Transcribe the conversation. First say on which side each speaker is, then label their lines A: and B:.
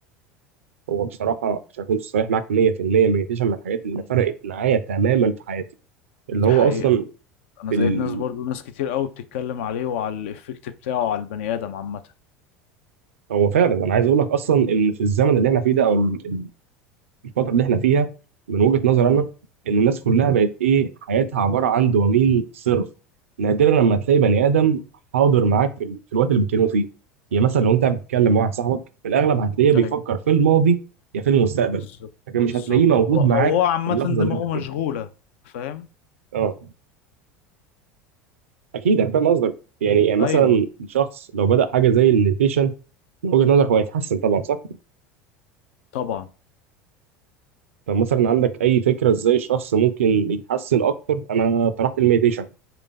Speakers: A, on the right (about 80°); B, on the left (about 70°).
A: هو بصراحه عشان اكون صريح معاك 100% مديتيشن من الحاجات اللي
B: مم.
A: فرقت معايا تماما في حياتي اللي
B: دي
A: هو
B: حقيقة
A: اصلا
B: أنا
A: في
B: لقيت
A: ال...
B: ناس برضو ناس كتير أوي بتتكلم عليه وعلى الإفكت بتاعه على البني آدم عامة
A: هو فعلا انا عايز اقول لك اصلا ان في الزمن اللي احنا فيه ده او ال- الفتره اللي احنا فيها من وجهه نظري
B: امم
A: انا ان الناس كلها بقت ايه حياتها عباره عن دوبامين صرف نادرا لما تلاقي بني ادم حاضر معاك في ال- في الوقت اللي بتتكلموا فيه يعني مثلا لو انت بتتكلم مع واحد صاحبك في الاغلب هتلاقيه بيفكر
B: أيوه
A: في الماضي يا في المستقبل
B: بالظبط
A: لكن مش
B: بالظبط
A: هتلاقيه موجود
B: هو هو
A: معاك
B: عامة
A: في اللحظه
B: دماغه
A: اللي انت فيها
B: مشغولة فاهم
A: اه اكيد انا فاهم قصدك يعني يعني مثلا
B: أيوه
A: شخص لو بدأ حاجه زي المديتيشن من وجهة نظرك هو هيتحسن طبعا صح
B: طبعا
A: طب مثلا عندك اي فكره ازاي الشخص ممكن يتحسن اكتر انا طرحت المديتيشن